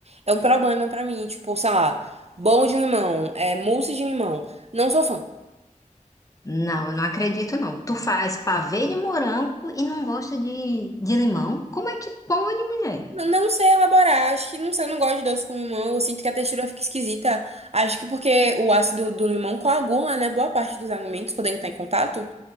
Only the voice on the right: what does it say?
É um problema pra mim, tipo, sei lá, bolo de limão, é mousse de limão. Não sou fã.
N- Não sei elaborar, acho que não sei, eu não gosto de doce com limão, eu sinto que a textura fica esquisita. Acho que porque o ácido do limão coagula, né, boa parte dos alimentos quando ele tá em contato,